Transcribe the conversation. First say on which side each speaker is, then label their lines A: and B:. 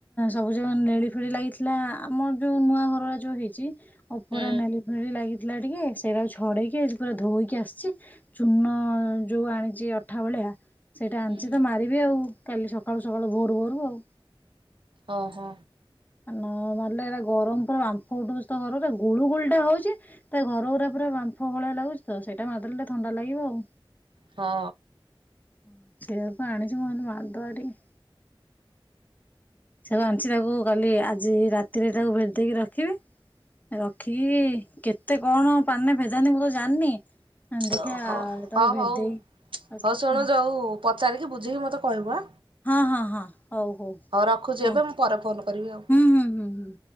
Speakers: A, on the left (about 20°); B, on the right (about 70°).
A: ସବୁଯାକ ନେଳି ଫେଳି ଲାଗି ନା ଆମର ଯୋଉ ନୂଆ ଘରଗୁରା ଯୋଉ ହେଇଛି ଉପର
B: ହୁଁ
A: ନେଳି ଫେଳି ଲାଗି ଥିଲା ଟିକେ ସେଇଟାକୁ ଛଡେଇକି ଆଜି ପୁରା ଧୋଇକି ଆସିଛି ଚୂନ ଯୋଉ ଆଣିଛି ଅଠା ଭଳିଆ ସେଇଟା
B: ହୁଁ
A: ଆଣିଛି ତ ମାରିବି ଆଉ। କାଲି ସକାଳୁ ସକାଳୁ ଭୋରୁ ଭୋରୁ ଆଉ।
B: ଓ ହୋ।
A: ନ ମାରିଲେ ଏଗୁରା ଗରମ ପୁରା ବାମ୍ଫ ଉଠଉଛି ତ ଘରଟାକୁ ଗୁଳୁ ଗୁଳି ଟା ହଉଛି ତ ଘରଗୁରା ପୁରା ବାମ୍ଫ ଭଳିଆ ଲାଗୁଛି ତ ସେଇଟା ମାରିଦେଲ ଟିକେ ଥଣ୍ଡା ଲାଗିବ ଆଉ।
B: ହଁ।
A: ହଁ ସେଇଆକୁ ଆଣିଛି ମୁଁ କହିଲି ମାରିଦବା ଟିକେ। ସବୁ ଆଣିଛି ତାକୁ କାଲି ଆଜି ରାତିରେ ତାକୁ ଭେଦେଇକି ରଖିବି ରଖିକି କେତେ କଣ ପାନେ ଭେ ମୁଁ କଣ ଜାଣିନି ଦେଖିବା
B: ଓହୋ
A: ତାକୁ
B: ହଁ
A: ଭେଦେଇ
B: ହଉ
A: ର
B: ହଉ ଶୁଣୁ ଯୋଉ ପଚାରିକି ବୁଝିକି ମୋତେ କହିବ ଆଁ
A: ହଁ ହଁ ହଁ। ହଉ ହଉ ହଉ
B: ରଖୁଛି ଏବେ ମୁଁ ପରେ ଫୋନ କରିବି ଆଉ।
A: ହୁଁ ହୁଁ ହୁଁ। ହୁଁ